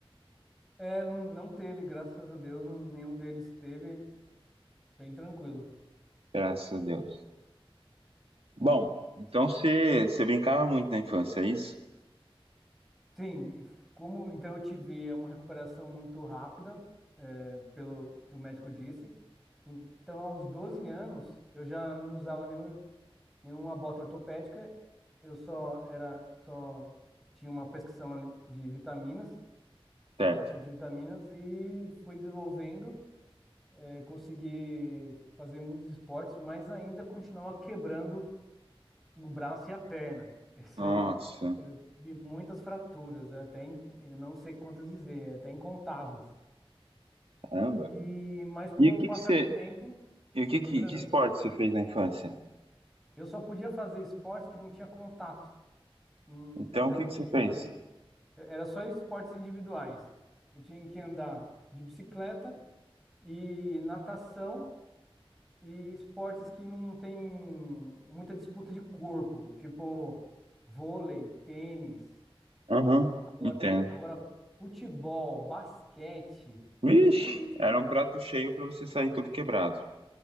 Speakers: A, in the centre; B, on the right.
A: É, não, não teve, graças a Deus, não- nenhum deles teve, bem tranquilo.
B: Graças a Deus. Bom, então você você brincava muito na infância, é isso?
A: Sim, como então eu tive é, uma recuperação muito rápida, é, pelo que o médico disse. Então, aos 12 anos, eu já não usava nenhum, nenhuma bota ortopédica, eu só era só tinha uma prescrição ali de vitaminas,
B: Certo.
A: bastante vitaminas e fui desenvolvendo, é, consegui fazer muitos esportes, mas ainda continuava quebrando o braço e a perna. <laughs> Esse,
B: Nossa,
A: eu tive muitas fraturas, é até in- eu não sei quantas dizer, é até incontáveis.
B: caramba.
A: E mas com
B: E o que
A: o passar
B: que você,
A: do tempo
B: e o que
A: foi
B: que,
A: melhorando.
B: que esporte você fez na infância?
A: Eu só podia fazer esportes que não tinha contato. Hum,
B: Então,
A: Então
B: o que
A: eu
B: que
A: tinha
B: você fez?
A: que fazer, era só esportes individuais. Eu tinha que andar de bicicleta e natação e esportes que não tem muita disputa de corpo, tipo vôlei, tênis.
B: Aham,
A: Agora,
B: entendo.
A: agora, futebol, basquete,
B: Vixe,
A: nem pensar.
B: era um prato cheio
A: Nossa,
B: pra você sair todo quebrado.